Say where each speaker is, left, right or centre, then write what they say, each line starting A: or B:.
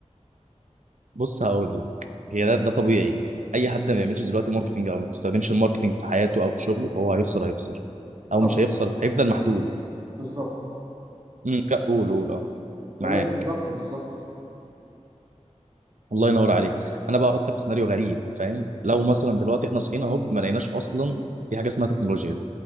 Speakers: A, on the right (about 80°); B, on the right (about 35°).
A: بص هقول لك هي ده, ده طبيعي اي حد ما بيعملش دلوقتي ماركتنج او ما بيستخدمش الماركتنج في حياته او في شغله فهو هيخسر هيخسر او
B: طب
A: مش هيخسر هيفضل محدود
B: بالظبط
A: امم قول قول اه
B: بقول
A: معاه
B: لك بالظبط بالظبط
A: الله ينور عليك انا بقى احطك في سيناريو غريب فاهم لو مثلا دلوقتي احنا صحينا اهو ما لقيناش اصلا في حاجه اسمها تكنولوجيا